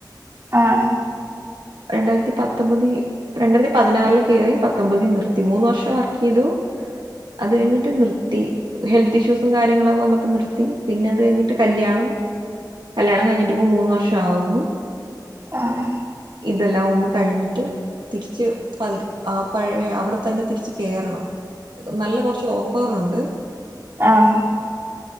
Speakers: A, on the right; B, on the right.
A: ആഹ്
B: രണ്ടായിരത്തി പത്തൊമ്പതി രണ്ടായിരത്തി പതിനാറില് കേറി പത്തൊമ്പതി നിർത്തി മൂന്ന് വർഷം വർക്ക് ചെയ്തു അത് കഴിഞ്ഞിട്ട് നിർത്തി ഹെൽത്ത് ഇഷ്യൂസും കാര്യങ്ങളൊക്കെ വന്നപ്പോ നിർത്തി പിന്നെ അത് കഴിഞ്ഞിട്ട് കല്യാണം കല്യാണം കഴിഞ്ഞിട്ട് ഇപ്പോ മൂന്ന് വർഷം ആവുന്നു
A: ആഹ്
B: ഇതെല്ലാം ഒന്ന് കഴിഞ്ഞിട്ട് തിരിച്ച് പതി ആഹ് പഴയ അവിടെ തന്നെ തിരിച്ച് കേറണം നല്ല കുറച്ച് ഓഫറുണ്ട്
A: ആഹ്